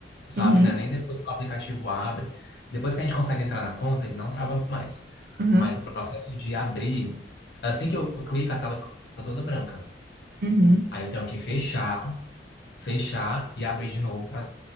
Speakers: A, on the left; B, on the right.
A: sabe,
B: Uhum,
A: né? Nem depois que o aplicativo abre. Depois que a gente consegue entrar na conta, ele não trava mais.
B: uhum,
A: Mas o processo de abrir, assim que eu clico, a tela fica toda branca.
B: uhum.
A: Aí eu tenho que fechar, fechar e abrir de novo para